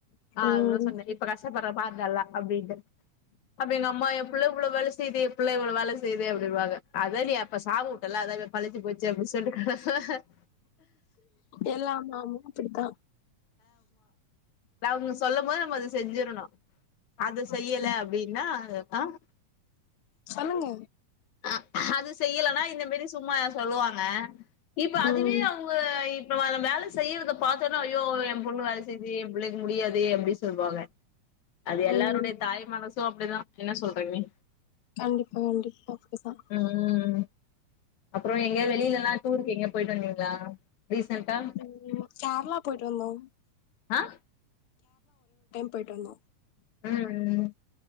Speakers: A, on the left; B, on the left.
A: ஆ
B: ம்
A: அததா சொன்ன இப்ப கஷ்டப்படுற பார் நல்லா அப்டின்ட்டு அப்றோ எங்க அம்மா ஏ புள்ள இவ்ளோ வேல செய்தே இப்புள்ள இவ்வள வேல செய்து அப்டின்டுவாங்க அதே நீ இப்ப சாவு உட்டல்ல அதா பழிஞ்ச்சி போச்சே அப்டி சொல்ட்டு
B: எல்லா அம் அம்மாவு அப்புடித்தா
A: லெ அவுங்க சொல்லம் போது நம்ம அத செஞ்சிறணு அது செய்யில
B: ம்
A: அப்டின்னா ஆஹ்
B: சொல்லுங்க
A: ஆ அது செய்யிலனா இந்த மேரி சும்மா சொல்லுவாங்க இப்பே அதுவே
B: ம்
A: அவுங்க இப் மலால பேலஸ் செய்யிறத பாத்தோன்னா ஐயோ ஏ பொண்ணு வேல செய்து எ புள்ள முடியாதே அப்டி சொல்வாங்க அது எல்லாருடைய
B: ம்
A: தாய் மனசு அப்டிதா என்ன சொல்றீங்க நி
B: கண்டிப்பா கண்டிப்பா அப்டிதா
A: உஹ்ம் உம் ம் அப்றோ எங்க வெளிலெல்லா டூருக்கு எங்கே போய்ட்டு வந்தீங்களா ரீசென்டா
B: ம் கேரளா போயிட்டு வந்தோ
A: ஆஹ்
B: பொய்டுவந்தோ
A: உம் உம்